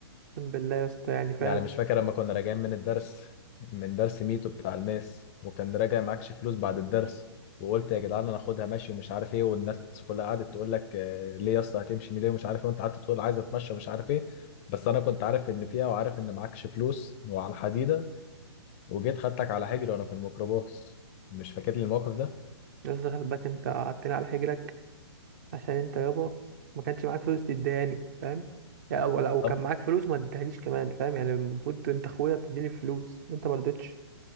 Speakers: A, on the right; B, on the left.
A: اقسم بالله يا اسطى يعني فاهم
B: يعني مش فاكر لما كنا راجعين من الدرس من درس ميتو بتاع الماس وكان راجع معكش فلوس بعد الدرس وقلت يا جدعان انا هاخدها ماشي ومش عارف ايه والناس كلها قعدت تقول لك آه، ليه يا اسطى هتمشي ليه ومش عارف ايه وانت قعدت تقول عايز اتمشى ومش عارف ايه بس انا كنت عارف ان فيها وعارف ان معكش فلوس وعلى الحديده وجيت خدتك على حجري وانا في الميكروباص مش فاكر لي الموقف ده
A: يا اسطى خلي بالك انت قعدتني على حجرك عشان انت يابا ما كانش معاك فلوس تديهاني فاهم يا او لو
B: طب
A: كان معاك فلوس ما تديهانيش كمان فام يعني المفروض انت اخويا تديني فلوس انت ما رضيتش